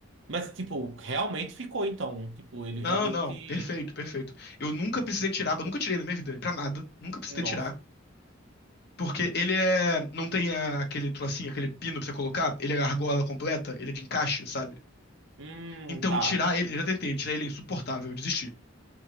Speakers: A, on the right (about 65°); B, on the left (about 50°).
A: Mas tipo, realmente ficou então, tipo, ele
B: Não,
A: realmente,
B: não, perfeito, perfeito. Eu nunca precisei tirar, eu nunca tirei na minha vida, pra nada. Nunca precisei
A: nossa.
B: tirar. Porque ele é. Não tem a- aquele trocinho, aquele pino pra você colocar. Ele é argola completa, ele é de encaixe, sabe?
A: Hum,
B: Então
A: tá.
B: tirar ele, eu já tentei, tirar ele é insuportável, eu desisti.